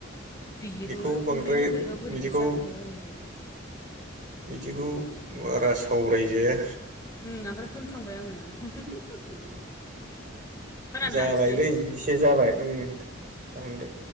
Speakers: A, on the left; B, on the right.
A: बियोबो
B: बेखौ बांद्राय
A: ओरैनो बोरैबा बोरै
B: बिदिखौ
A: बि जाफ्रालाबायनायसो।
B: दिखौ बारा सावरायजाया।
A: उम ओमफ्राय होन। फ्लांबाय आङो। होदां
B: जाबायलै
A: दानसैलै
B: इसे जाबाय उम। दानदो।